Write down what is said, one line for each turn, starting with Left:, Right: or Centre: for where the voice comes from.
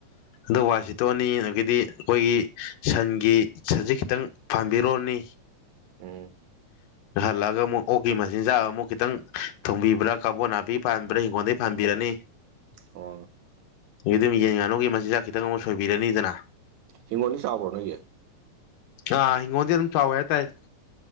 Left: ꯑꯣ ꯋꯥꯏ ꯇꯣꯛꯑꯅꯤ ꯑꯗꯒꯤꯗꯤ ꯑꯩꯈꯣꯏꯒꯤ ꯁꯟꯒꯤ ꯁꯟꯁꯤ ꯈꯤꯇꯪ ꯐꯝꯕꯤꯔꯣꯅꯤ
Right: ꯎꯝ
Left: ꯍꯜꯂꯒ ꯑꯃꯨꯛ ꯑꯣꯛꯀꯤ ꯃꯆꯤꯟꯖꯥꯛ ꯑꯃꯨꯛ ꯈꯤꯇꯪ ꯊꯣꯡꯕꯤꯕ꯭ꯔꯥ ꯀꯥꯕꯣ ꯅꯥꯄꯤ ꯐꯥꯟꯕ꯭ꯔꯥ ꯍꯤꯡꯒꯣꯜꯗꯒꯤꯩ ꯐꯥꯟꯕꯤꯔꯅꯤ
Right: ꯑꯣ
Left: ꯑꯗꯨꯝ ꯌꯦꯟ ꯉꯥꯅꯨꯒꯤ ꯃꯆꯤꯟꯖꯥꯛ ꯈꯤꯇꯪ ꯑꯃꯨꯛ ꯁꯣꯏꯕꯤꯔꯅꯤꯗꯅ
Right: ꯍꯤꯡꯈꯣꯜꯗꯤ ꯆꯥꯎꯕ꯭ꯔꯣ ꯅꯣꯏꯒꯤ
Left: ꯑ ꯍꯤꯡꯒꯣꯗꯤ ꯑꯗꯨꯝ ꯆꯥꯎꯋꯦ ꯍꯥꯏꯇꯥꯥꯏꯦ